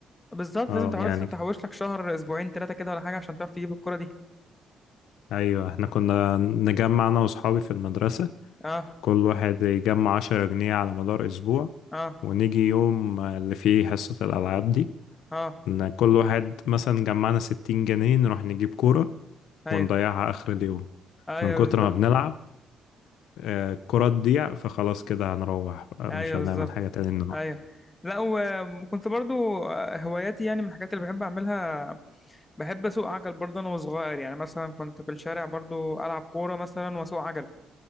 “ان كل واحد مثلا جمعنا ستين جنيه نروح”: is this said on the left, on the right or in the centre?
Left